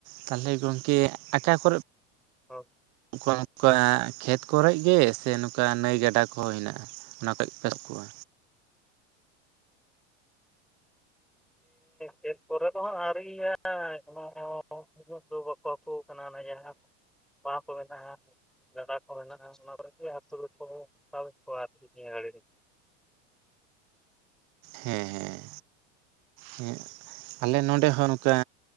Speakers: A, on the right (about 55°); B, in the centre.
A: ᱛᱟᱦᱚᱞᱮ ᱜᱚᱝᱠᱮ ᱟᱠᱟ ᱠᱚᱨᱮ
B: ᱚ <unintelligible>
A: ᱚᱠᱟ ᱱᱚᱝᱠᱟ ᱠᱷᱮᱛ ᱠᱚᱨᱮ ᱜᱮ ᱥᱮ ᱱᱚᱝᱠᱟ ᱱᱟᱹᱭ ᱜᱟᱰᱟ ᱠᱚᱦᱚᱸ ᱦᱮᱱᱟᱜᱼᱟ ᱚᱱᱟ ᱠᱟᱹ ᱯᱮ ᱠᱚᱣᱟ
B: ᱠᱷᱮᱛ ᱠᱚᱨᱮ ᱫᱚ ᱦᱟᱸᱜ ᱟᱹᱨᱤᱭᱟᱭ ᱚᱱᱟ ᱦᱚᱸ ᱫᱚ ᱵᱟᱠᱚ ᱠᱟᱱᱟ ᱚᱱᱟ ᱡᱟᱦᱟᱸ ᱵᱟᱠᱚ ᱢᱮᱱᱟᱜᱼᱟ ᱜᱟᱰᱟ ᱠᱚ ᱢᱮᱱᱟᱜᱼᱟ ᱚᱱᱟ ᱠᱚᱨᱮᱜᱮ ᱦᱟᱹᱠᱩ ᱠᱚ ᱥᱟᱵᱣᱮᱫ ᱠᱚᱣᱟ ᱟᱨᱠᱤ ᱱᱤᱭᱟᱹ ᱜᱷᱟᱹᱲᱤ ᱨᱮᱜᱮ
A: ᱦᱮᱸ ᱦᱮᱸ ᱦᱮ ᱟᱞᱮ ᱱᱚᱸᱰᱮ ᱦᱚᱸ ᱱᱚᱝᱠᱟ